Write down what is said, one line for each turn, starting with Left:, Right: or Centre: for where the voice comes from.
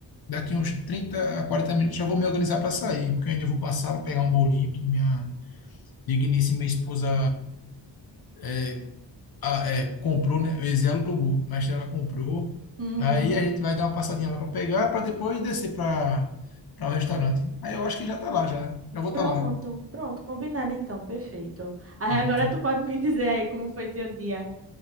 Left: daqui uns 30 a 40 minutos já vou me organizar para sair, porque eu ainda vou passar para pegar um bolinho que minha digníssima esposa é, a- é, comprou, né? Eu ia dizer alugou, mas ela comprou.
Right: Uhum.
Left: Aí a gente vai dar uma passadinha lá para pegar, para depois descer para para o restaurante. Aí eu acho que já tá lá, já. Já vou estar
Right: Pronto,
Left: lá.
Right: pronto, combinado então, perfeito. Aí
Left: Pronto,
Right: agora tu pode me <laughs> dizer aí como foi teu dia.